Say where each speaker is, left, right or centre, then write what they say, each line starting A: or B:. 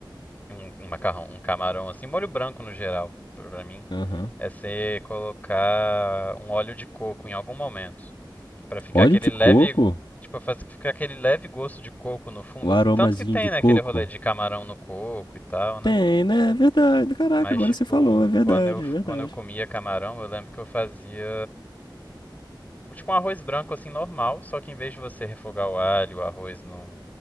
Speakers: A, on the left; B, on the left.
A: um, um macarrão, um camarão assim, molho branco no geral, pra pra mim,
B: Aham.
A: é você colocar um óleo de coco em algum momento, Pra ficar
B: Óleo
A: aquele
B: de
A: leve,
B: coco?
A: tipo, faz- ficar aquele leve gosto de coco no fundo,
B: O aromazinho
A: assim, tanto que tem,
B: de
A: né,
B: coco?
A: aquele rolê de camarão no coco e tal, né?
B: Tem, né? É verdade. Caraca,
A: Mas
B: agora
A: tipo,
B: você falou. É verdade,
A: quando eu
B: é verdade.
A: quando eu comia camarão, eu lembro que eu fazia tipo um arroz branco assim normal, só que em vez de você refogar o alho, o arroz no